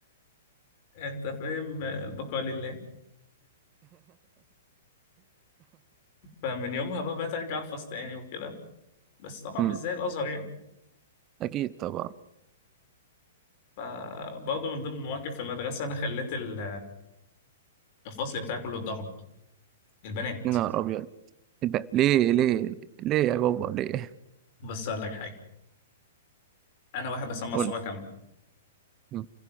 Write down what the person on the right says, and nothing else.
أمم،
اكيد طبعا
يا نهار ابيض إيه ده؟ ليه ليه ليه يا بابا ليه
قول
لي